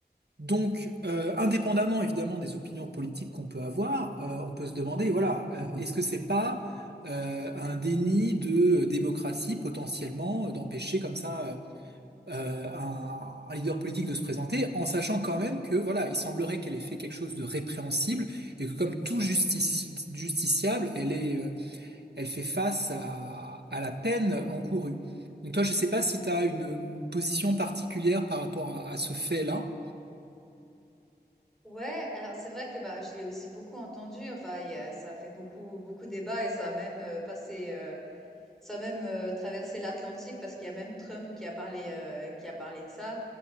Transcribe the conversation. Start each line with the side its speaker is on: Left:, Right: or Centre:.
Right: Donc, euh, indépendamment évidemment des opinions politiques qu'on peut avoir, euh, on peut se demander, voilà, euh, est-ce que c'est pas euh, un déni de euh, démocratie potentiellement euh, d'empêcher comme ça euh, euh, un, un leader politique de se présenter, en sachant quand même que voilà, il semblerait qu'elle ait fait quelque chose de répréhensible et que comme tout justici- justiciable, elle est, euh, elle fait face à, à la peine encourue. Donc toi, je sais pas si tu as une euh, position particulière par rapport à, à ce fait-là.
Centre: Ouais, alors c'est vrai que, bah, je l'ai aussi beaucoup entendu, enfin il y a ça a fait beaucoup beaucoup débat et ça a même, heu, passé, heu, ça a même, heu, traversé l'Atlantique parce qu'il y a même Trump qui a parlé, heu, qui a parlé de ça,